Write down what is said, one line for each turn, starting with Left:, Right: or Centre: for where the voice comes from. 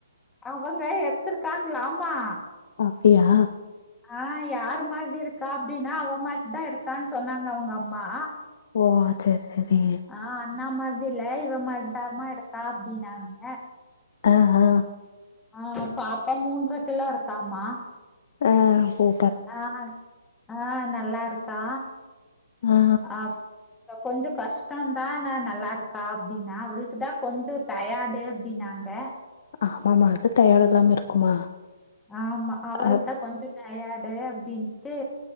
Centre: அவங்க எட்த்திருக்காங்ளாமா
Left: அப்டியா
Centre: ஆ யார் மாரி இருக்கா அப்டினா அவ மார்தா இருக்கான் சொன்னாங்க அவுங்கம்மா
Left: ஓ ஆ சேர் சேரி
Centre: ஆ அண்ணா மாதி இல்ல இவ மார்தாமா இருக்கா அப்டினாங்க
Left: ஆ ஹா
Centre: ஆ பாப்ப மூன்ற கிலோ இருக்காமா
Left: ஆ ஒ
Centre: ஆ ஆ நல்லா இருக்கா
Left: ஆ
Centre: அப் ப கொஞ்சம் கஷ்டம் தான் நான் நல்லா இருக்கா அப்டின்னா அவளுக்கு தான் கொஞ்சோ டயாட்டு அப்டினாங்க
Left: ஆமாம்மா அது டயர்ட் இல்லாம இருக்குமா
Centre: ஆமா அவளுக்குதான்
Left: அ
Centre: கொஞ்சோ டயர்டே அப்டின்ட்டு